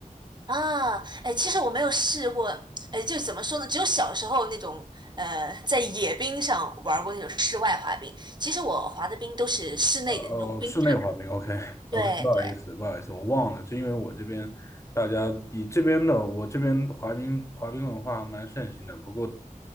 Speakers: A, on the right; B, on the left.
A: 啊，哎，其实我没有试过，哎，就怎么说呢？只有小时候那种，呃，在野冰上玩过那种室外滑冰。其实我滑的冰都是室内的那种冰
B: 呃哦，是内滑冰，OK
A: 对对
B: OK，不好意思，不好意思，我忘了，是因为我这边大家你这边的我这边滑冰滑冰文化还蛮盛行的，不过